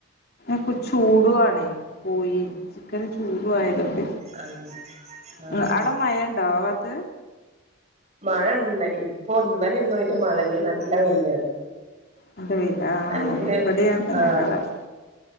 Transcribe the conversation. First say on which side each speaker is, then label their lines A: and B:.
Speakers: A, on the left; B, on the right.
A: ഇപ്പൊ ചൂടുവാണ് കോഴിയും ചിക്കന് ചൂട് പ്പുവായതോണ്ട്
B: ആഹ് ആഹ്
A: ഉം അവടെ മയണ്ടോ ആ ഭാത്ത്
B: മഴണ്ട് ഇപ്പൊ ന്നല്ലേംഇന്നുവായിട്ട് മഴഞ്ഞ് നല്ല വെയിലാണ്
A: നല്ല വെയിലാ
B: അല്ലെങ്കില്
A: ആഹ് ഇവിടെയും അങ്ങനെ തന്നെ
B: ആ
A: കാലാവസ്ഥ